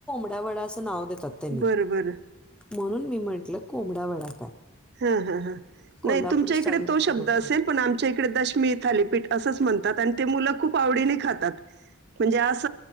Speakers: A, in the centre; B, on the right.
A: बडा वा असं नाव त्यांनी
B: बरं बरं
A: म्हणून मी म्हटलं कोंबडा वडा काय
B: हा हा हा
A: कोल्हापुरी
B: नाही तुमच्या
A: स्टाईलमध्ये
B: इकडे तो शब्द
A: म्हणतात
B: असेल पण आमच्या इकडे दशमी थालीपीठ असंच म्हणतात आणि ते मुलं खूप आवडीने खातात म्हणजे अस